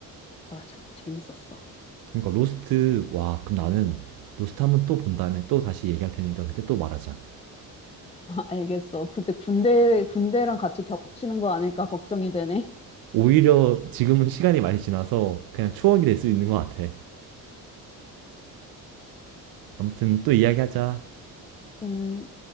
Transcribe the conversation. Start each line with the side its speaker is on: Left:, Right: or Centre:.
Left: 맞아. 재밌었어.
Right: 그러니까 로스트, 와, 그럼 나는 로스트 한번 또 본 다음에 또 다시 얘기할 테니까 그때 또 말하자.
Left: 알겠어. 근데 군대, 군대랑 같이 겹치는 거 아닐까 걱정이 되네.
Right: 오히려 지금은 시간이 많이 지나서 그냥 추억이 될 수 있는 것 같아. 아무튼 또 이야기하자.
Left: 음,